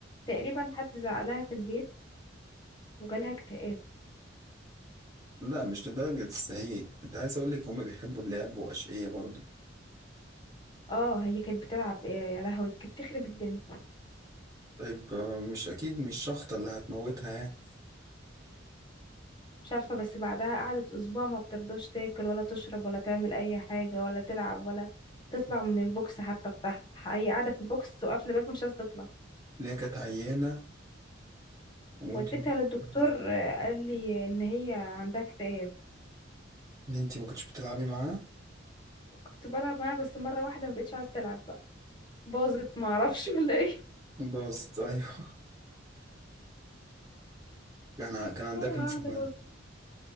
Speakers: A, on the left (about 25°); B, on the right (about 20°).
A: تقريبا حد زعلها في البيت وجالها اكتئاب
B: لا مش لدرجة السهيج انت عايز اقول لك هما بيحبوا اللعب واشقية برضه
A: اه هي كانت بتلعب ايه يا لهوي كانت بتخرب الدنيا
B: طيب آه، مش اكيد مش شخطة اللي هتموتها يعني
A: مش عارفة بس بعدها قعدت اسبوع ما بترضاش تاكل ولا تشرب ولا تعمل اي حاجة ولا تلعب ولا تطلع من البوكس حتى بتاعها هي قاعدة في البوكس وقافلة الباب مش عايزة تطلع
B: اللي هي كانت عيانة وانت
A: وديتها
B: ما كنتش
A: للدكتور
B: بتلعبي-
A: آه، قال لي ان هي عندها اكتئاب
B: اللي انت ما كنتش بتلعبي معاه
A: كنت بلعب معاها بس مرة واحدة ما بقتش عايزة تلعب بقى باظت ما اعرفش ولا ايه
B: باظت ايوه كان ع- كان
A: <laughs>
B: عندها
A: مرة
B: كام سنة
A: واحدة باظت